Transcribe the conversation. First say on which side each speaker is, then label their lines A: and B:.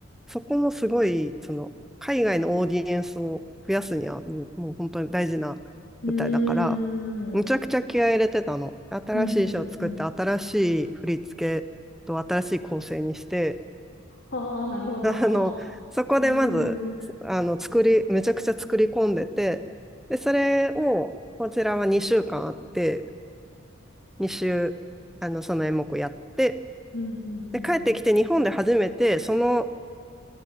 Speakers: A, in the centre; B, on the left.
A: そこもすごい、その、海外のオーディエンスを増やすには、もうもう本当に大事な舞台だから、
B: うん。
A: むちゃくちゃ気合い入れてたの。
B: うーん。
A: 新しい衣装作って、
B: うんうんうん。
A: 新しい振り付けと新しい構成にして、
B: ああ、なるほど。
A: <laughs> あの、そこでまず、
B: そういう
A: あの、作り、めちゃくちゃ作り込んでて、で、それを、こちらは2週間あって、2週、あの、その演目やって、
B: うん、うん、うん、
A: で、帰ってきて日本で初めて、
B: うん。
A: その、